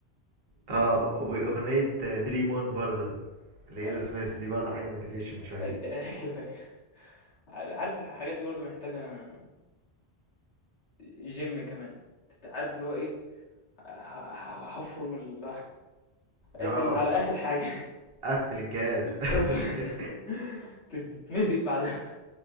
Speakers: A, on the right; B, on the left.
A: اه واغنية دريم اون برضه لايرو
B: آه،
A: سميث دي برضه حاجة موتيفيشن شوية
B: أي- أيوه عارف الحاجات دي برضه محتاجة جيم كمان أنت عارف اللي هو إيه ه- ه- هفرم ال
A: اه
B: اعمل على آخر حاجة
A: قفل الجهاز <laughs> قفل
B: <laughs>
A: الجهاز
B: تتمزق بعدها